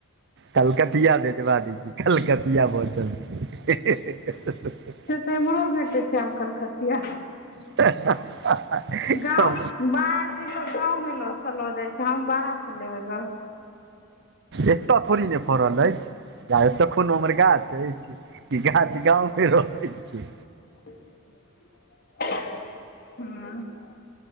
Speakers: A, on the right (about 55°); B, on the left (about 50°).
A: कलकतिया भेजवा दै छी कलकतिया बचल छै <unintelligible>
B: से तऽ एमहरो भेटै छै आब कलकतिया
A: <unintelligible> छै
B: गाँव बाहर केँ लोग गाँव मे ल स लऽ जाइ छै हम बाहर से लेबै गाँव
A: एतय थोड़े नै फड़ल ऐछ जा ऐत हमर गाछ ऐछ की गाछ गाँमे रहै छै
B: <unintelligible>